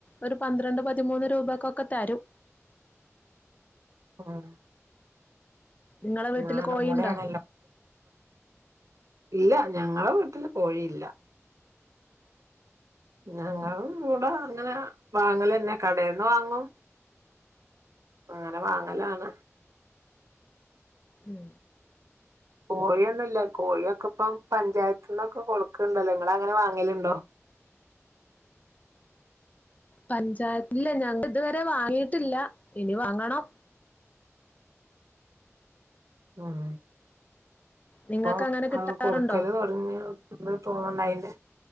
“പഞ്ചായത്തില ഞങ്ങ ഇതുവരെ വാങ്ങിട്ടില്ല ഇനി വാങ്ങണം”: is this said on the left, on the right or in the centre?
Left